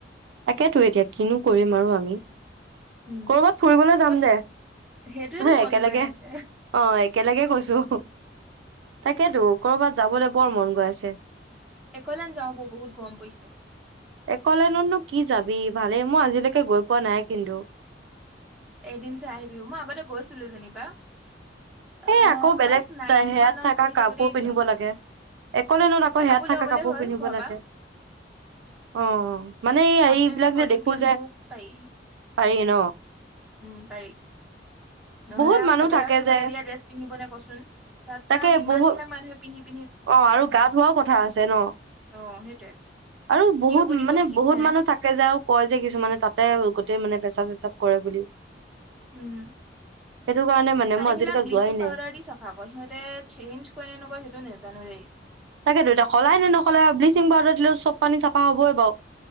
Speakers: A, on the right (about 80°); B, in the centre.
A: তাকেতো এতিয়া কিনো কৰিম আৰু আমি।
B: উম
A: কৰবাত ফুৰিবলৈ
B: ক'ৰবাত
A: যাম দে।
B: সেইটোয়েতো
A: হ একেলগে
B: মন গৈ আছে
A: অ একেলগে কৈছো। তাকেতো কৰবাত যাবলৈ বৰ মন গৈ আছে।
B: একলোন যাও ব বহুত গম পাইছে।
A: একলেনোনো কি যাবি ভালেই মই আজিলৈকে গৈ পোৱা নাই কিন্তু।
B: এদিন চাই আহিবি মই আগতে গৈছিলো যেনিবা। আহ
A: এ আকৌ
B: ক্লাছ
A: বেলেগ
B: নাইন
A: হেয়াত
B: মানত
A: থকা
B: পঢ়ি থাকোতেই
A: কাপোৰ পিন্ধিব
B: যোৱা
A: লাগে। অলে নত আকৌ
B: এ
A: হেয়াত থকা
B: লৈ গ'লেই
A: কাপোৰ
B: হ'ল
A: পিন্ধিব
B: ঘৰৰ
A: লাগে
B: পৰা
A: অ। মানে এই
B: হাফ
A: এই
B: পেন্ট
A: এইবিলাক
B: স্পৰ্টিং
A: যে দেখো
B: পিন্ধিবও
A: যোয়
B: পাৰি
A: পাৰি ন।
B: উম পাৰি নহলে
A: বহুত
B: আৰু
A: মানুহ
B: চবে
A: থাকে
B: আৰু সিহঁতে
A: যে
B: দিয়া ড্ৰেছ পিন্ধিব নে কচোন তাত
A: তাকে
B: কাৰণ ইমান
A: বহুত
B: বিলাক মানুহে পিন্ধিব।
A: অ আৰু গা ধোৱাও কথা আছে ন
B: অ সেইটোয়ে
A: আৰু
B: কি
A: বহুত
B: কাপোৰ দিব
A: মানে
B: ঠিক
A: বহুত
B: নাই
A: মানুহ থাকে যে আৰু কয় যে কিছুমানে তাতে গোটেই মানে। হিচাপ চচাপ কৰে বুলি।
B: উম
A: সেইটো কাৰণে মানে
B: পানী
A: মই আজিলৈকে
B: বিলাক ব্লিচিং
A: যোৱাই নাই
B: পাউদাৰ দি চাফা কৰে সিহঁতে চেইঞ্জ কৰে নে নকয় সেইটো নেজানো দেই।
A: তাকেত দুইতটা সলাই নে নকলে বা বলিচিং পউাৰ দিলে চব পানী চাফা হবই বাৰু।